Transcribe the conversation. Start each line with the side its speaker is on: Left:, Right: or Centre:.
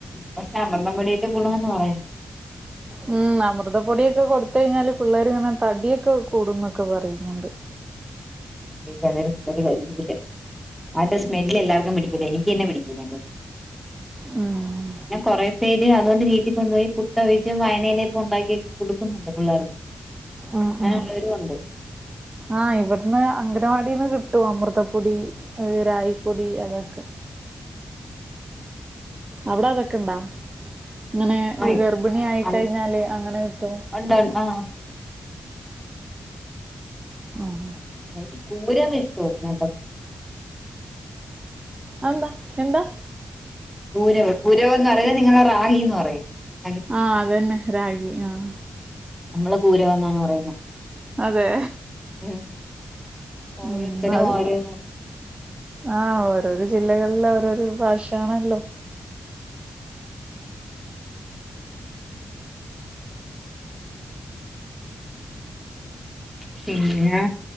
Centre: പക്ഷേ അമൃതം പൊടിയേട്ട് ഗുണംന്ന് പറയുന്ന
Right: ഉം അമൃതപ്പൊടിയൊക്കെ കൊടുത്ത കഴിഞ്ഞാല്, പിള്ളേർ ഇങ്ങനെ തടിയൊക്കെ കൂടുന്നൊക്കെ പറയുന്നുണ്ട്.
Centre: <unintelligible> കഴിയൂല ആൾടെ സ്മെല്ല് എല്ലാർക്കും പിടിക്കൂല. എനിക്കന്നെ പിടിക്കൂല
Right: ഉം
Centre: പിന്നെ കുറെ പേര് അതുകൊണ്ട് വീട്ടിൽ കൊണ്ടുപോയി പുട്ടവിച്ചം വായനയിലൊപ്പ ഉണ്ടാക്കിക്കെ കൊടുക്കുന്നുണ്ട് പിള്ളേർക്കും
Right: ഉം
Centre: അങ്ങനെ
Right: ഉം
Centre: ഉള്ളോരും ഉണ്ട്
Right: ആഹ് ഇവിടുന്ന് അംഗനവാടിന്ന് കിട്ടു, അമൃതപ്പൊടി രായിപ്പൊടി അതൊക്കെ അവിടതൊക്കെ ഉണ്ടാ ങ്ങനെ
Centre: ആ
Right: ഗർഭിണി ആയി
Centre: ആ
Right: കഴിഞ്ഞാല് അങ്ങനെ കിട്ടും
Centre: ഉണ്ട് ആ
Right: ഉം
Centre: എനിക്ക് കരം ഇഷ്ടവും എന്ന
Right: ആ ന്താ എന്താ
Centre: പൂരവ് പൂരവം എന്ന് പറഞ നിങ്ങളുടെ റാഗി എന്ന് പറയും റാഗി
Right: ആഹ് അതന്ന റാഗി ആഹ്
Centre: നമ്മള് പൂരവ് എന്നാണ് പറയുന്നത്
Right: അതെ
Centre: ഉം ഓരോരുത്തരും
Right: ഉം അത്
Centre: ഓരോ
Right: ആഹ് ഓരോരു ജില്ലകളില ഓരോരു ഭാഷയാണല്ലോ
Centre: പിന്നെ